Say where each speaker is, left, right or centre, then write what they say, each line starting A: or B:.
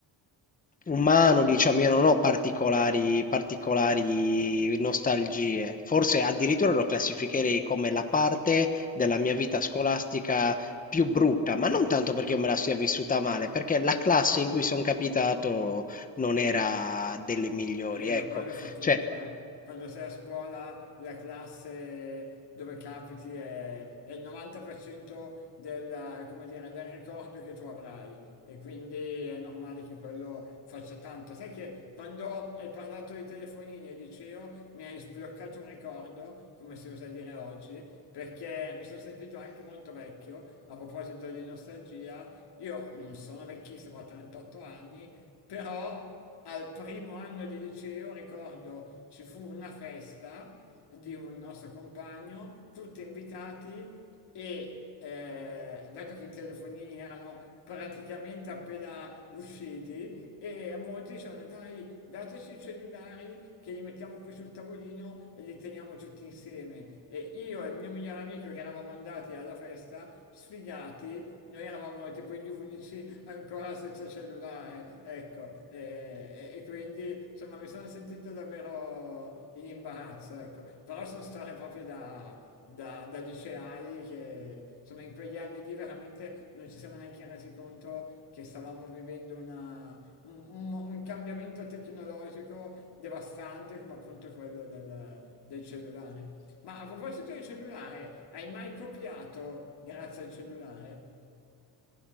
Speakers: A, on the left; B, on the left.
A: Umano, diciamo, io non ho particolari, particolari nostalgie. Forse addirittura lo classificherei come la parte della mia vita scolastica più brutta, ma non tanto perché io me la sia vissuta male, perché la classe in cui sono capitato non era delle migliori,
B: Eh,
A: ecco.
B: ma quello fa tutto,
A: Cioè,
B: eh. Quando sei a scuola, la classe dove capiti è, è il 90% del, come dire, del ricordo che tu avrai e quindi è normale che quello faccia tanto. Sai che quando hai parlato di telefonini al liceo mi hai sbloccato un ricordo, come si usa dire oggi, perché mi sono sentito anche molto vecchio, a proposito di nostalgia, io non sono vecchissimo, ho 38 anni, però al primo anno di liceo, ricordo, ci fu una festa di un nostro compagno, tutti invitati e eh, dato che i telefonini erano praticamente appena usciti e molti dicevano dai dateci i cellulari che li mettiamo qui sul tavolino e li teniamo tutti insieme e io e il mio migliore amico che eravamo andati alla festa sfigati noi eravamo tipo gli unici ancora <laughs> senza cellulare, ecco, e, e- e quindi insomma mi sono sentito davvero in imbarazzo, ecco, però sono storie proprio da, da, da liceali che insomma in quegli anni lì veramente non ci siamo neanche resi conto che stavamo vivendo una, un, un mo- un cambiamento tecnologico devastante come appunto quello del, del cellulare. Ma a proposito del cellulare, hai mai copiato grazie al cellulare?